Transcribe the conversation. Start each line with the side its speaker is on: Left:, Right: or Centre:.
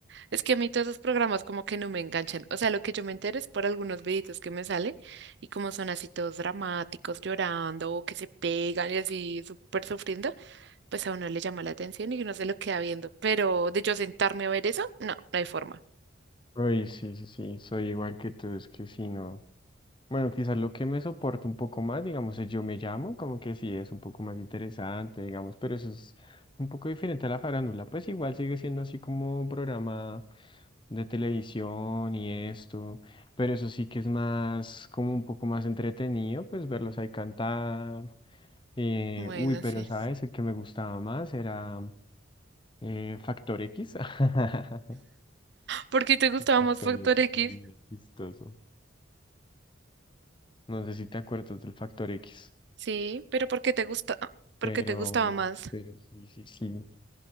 Right: Es que a mí todos esos programas como que no me enganchan. O sea, lo que yo me entero es por algunos videitos que me salen y como son así todos dramáticos, llorando o que se pegan y así súper sufriendo, pues a uno le llama la atención y uno se lo queda viendo. Pero de yo sentarme a ver eso, no, no hay forma.
Left: Uy, sí, sí, sí, soy igual que tú, es que sí no. Bueno, quizás lo que me soporta un poco más, digamos, es yo me llamo, como que sí es un poco más interesante, digamos, pero eso es un poco diferente a la farándula, pues igual sigue siendo así como un programa de televisión y esto, pero eso sí que es más, como un poco más entretenido, pues verlos ahí cantar. Eh,
Right: Bueno,
Left: uy, pero
Right: sí.
Left: sabes, el que me gustaba más era eh, Factor X. <laughs>
Right: ¿Por qué te gustaba
Left: Factor
Right: más Factor
Left: X,
Right: X?
Left: sí, era chistoso. No sé si te acuerdas del factor X,
Right: Sí, pero ¿por qué te gusta? ¿Por
Left: pero,
Right: qué te gustaba más?
Left: pero sí, sí, sí.